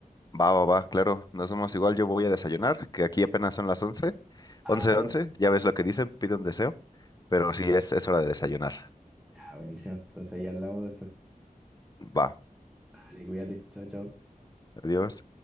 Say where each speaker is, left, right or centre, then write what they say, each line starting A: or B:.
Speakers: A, on the left; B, in the centre.
A: Va, va, va, claro, no somos igual, yo voy a desayunar, que aquí apenas son las 11,
B: Ah,
A: 11,
B: ya.
A: 11. ya ves lo que dicen, pide un deseo, pero sí es, es hora de desayunar.
B: Ya, buenísimo. Entonces ahí hablamos después.
A: Va,
B: Dale, cuídate. Chao, chao.
A: adiós.